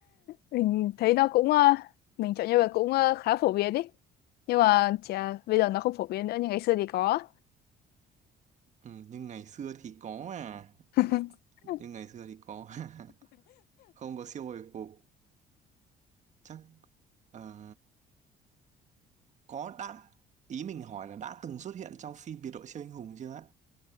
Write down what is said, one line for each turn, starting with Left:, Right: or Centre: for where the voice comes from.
Left: Mình thấy nó cũng ờ, mình chọn nhân vật cũng ờ, khá phổ biến ý. Nhưng mà chỉ là bây giờ nó không phổ biến nữa nhưng ngày xưa thì có.
Right: ừ, nhưng ngày xưa thì có à
Left: <laughs>
Right: bạn nhưng ngày xưa thì có <laughs> không có siêu hồi phục chắc ờ, có đã ý mình hỏi là đã từng xuất hiện trong phim biệt đội siêu anh hùng chưa á